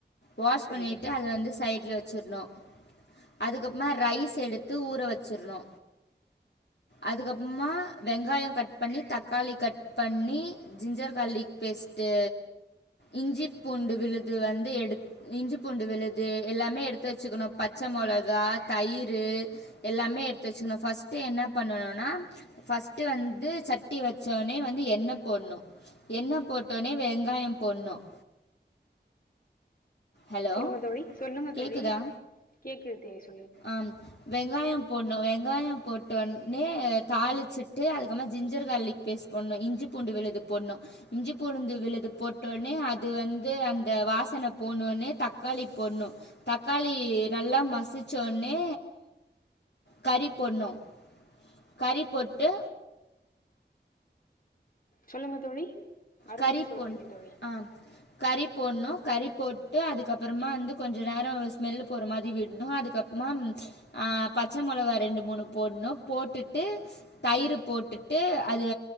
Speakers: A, on the left (about 70°); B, on the left (about 50°).
A: வாஷ்
B: சரி
A: பண்ணிட்டு
B: தோழி
A: அத வந்து சைட்ல வ ச்சுர்னு அதுக்கப் புறமா ரைஸ் எடுத்து ஊற வச்சிர்னு அதுக்கப்புறமா வெங்காயம் கட் பண்ணி தக்காளி கட் பண்ணி ஜிஞ்சர் கார்லிக் பேஸ்ட்டு இஞ்சிப் பூண்டு விழுது வந்து எடுத் இஞ்சிப் பூண்டு விழுது எல்லாமே எடுத்து வச்சுக்கணும் பச்சை மொளகா தயிரு எல்லாமே எடுத்து வச்சுக்கணு ஃபஸ்ட்டு என்ன பண்ணணுன்னா ஃபஸ்ட்டு வந்து சட்டி வச்சோனே வந்து எண்ணெ போடணு எண்ணெ போட்டோனே வெங்காயம் போடணும் ஹலோ
B: சொல்லுங்க தோழி சொல்லுங்க
A: கேட்குதா
B: தோழி கேக்குது தேஸ்
A: ஆம் வெங்காயம் போட்னு வெங்காயம் போட்டோனே தாளிச்சிட்டு அதுக்கப்புறம் ஜிஞ்சர் கார்லிக் பேஸ்ட் போட்ணு இஞ்சி பூண்டு விழுது போட்ணு இஞ்சி பூண்டு விழுது போட்டோனே அது வந்து அந்த வாசன போனோனே தக்காளி போட்ணு தக்காளி நல்லா மசிச் சோன்னே கறி போட்ணும் கறி போட்டு
B: சொல்லுங்க தோழி அருமையா
A: கறி
B: சொல்றீங்க
A: போட்
B: தோழி
A: ஆ கறி போட்ணு கறி போட்டு அதுக்கப்புறமா வந்து கொஞ்ச நேரம் ஸ்மெல்லு போற மாதி விட்ணு அதுக்கப்புறமா ஆ பச்ச மொளகா ரெண்டு மூணு போட்ணு போட்டுட்டு தயிர் போட்டுட்டு அது